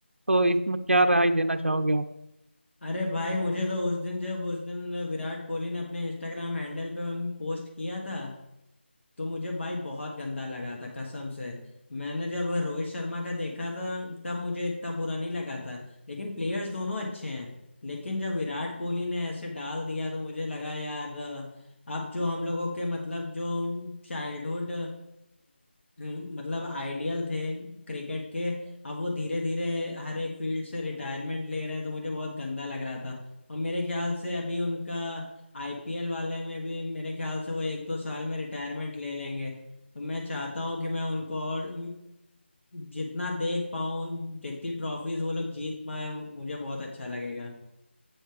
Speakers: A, on the right; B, on the left.
A: तो इसमें क्या राय देना चाहोगे आप
B: अरे भाई मुझे तो उस दिन जब उस दिन विराट कोहली ने अपने इंस्टाग्राम हैंडल पे पोस्ट किया था तो मुझे भाई बहुत गंदा लगा था कसम से मैंने जब रोहित शर्मा का देखा था तब मुझे इतना बुरा नहीं लगा था लेकिन प्लेयर्स दोनों अच्छे हैं लेकिन जब विराट कोहली ने ऐसे डाल दिया तो मुझे लगा यार अ, अब जो हम लोगों के मतलब जो चाइल्डहुड मतलब आइडियल थे क्रिकेट के अब वो धीरे धीरे हर एक फील्ड से रिटायरमेंट ले रहे हैं तो मुझे बहुत गंदा लग रहा था और मेरे ख्याल से अभी उनका आईपीएल वाले में भी मेरे ख्याल से वो एक दो साल में रिटायरमेंट ले लेंगे तो मैं चाहता हूँ कि मैं उनको और जितना देख पाऊँ जितनी ट्रॉफीज वो लोग जीत पाए मुझे बहुत अच्छा लगेगा